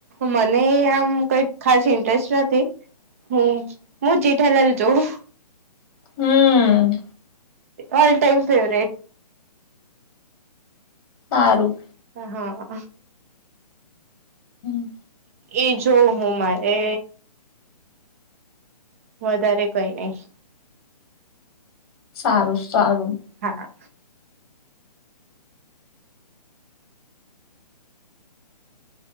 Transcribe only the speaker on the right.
મને આમ કઈ ખાસ ઇન્ટરેસ્ટ નથી. હમ હું જેઠાલાલ જોવ.
ઓલ ટાઈમ ફેવરેટ
હ હા
એ જોઉ હું મારે વધારે કઈ નઈ
હા